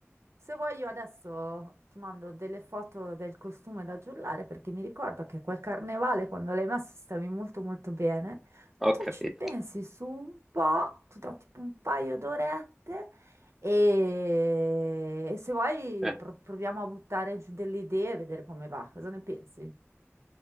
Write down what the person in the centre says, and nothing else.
Ho
capito.
Eh.